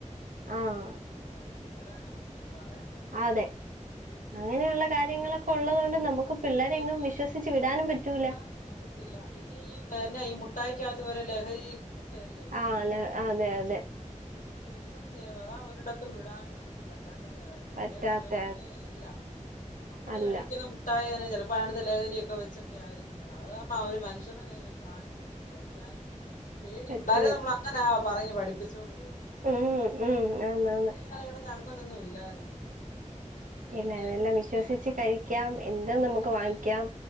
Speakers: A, on the right; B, on the left.
A: ആഹ്
B: ഇപ്പ പീഡനം ഒന്നും പറയണ്ട
A: അതെ
B: അയ്യോ
A: അങ്ങനെയുള്ള കാര്യങ്ങളൊക്കെ, പ്പൊ
B: കാലങ്ങളൊക്കെ
A: ഉള്ളതുകൊണ്ട് നമുക്ക്
B: പേടിയാ
A: പിള്ളേരെങ്ങും
B: പേരൻസ്
A: വിശ്വസിച്ച് വിടാനും പറ്റൂല,
B: വിടാനും പറ്റത്തില്ല, പിന്നെ ഈ പിന്നെ ഈ മുട്ടായിക്കാകത്ത വരെ ലഹരി, ല്ലെ,
A: ആഹ് അല്ല
B: അല്ലെ
A: അതെ അതെ
B: വിശ്വസിച്ച ഒന്നും ചെയ്യ അതാ ഒരിടത്തും വിടാനും നമുക്ക് പറ്റാത്തന്റെ കാര്യം പഴയ
A: പറ്റാത്ത
B: കാലഘട്ട അല്ല, നമ്മള്
A: അല്ല
B: കഴിക്കുന്ന മു ട്ടായെനെ ചിലപ്പോഴാണ് ലഹരിയൊക്കെ വെച്ചക്ക ആയിരിക്കും അത് കാരണം ഒരു മനുഷ്യടെ കയ്യിന്ന് ഒരു സധനം മേ ടിച്ചു കഴിക്കാനും പേടി
A: പറ്റൂല
B: പിള്ളേരെ നമ്മൾ അങ്ങനെ പറഞ്ഞ് പഠിപ്പിച്ചോണ്ട് വരുന്നെ,
A: ഉം ഉം ആന്നന്ന്,
B: അക്കാലഘട്ടത്ത് അങ്ങനൊന്നും ഇല്ലായിരുന്നു, പേടിക്കാതെ
A: ഇല്ല ഇതെല്ലാം
B: ജീവിക്കായിരുന്നു
A: വിശ്വസിച്ച് കഴിക്കാം, എന്തും നമുക്ക്
B: കഴിക്കാൻ
A: വാങ്ങിക്കാം,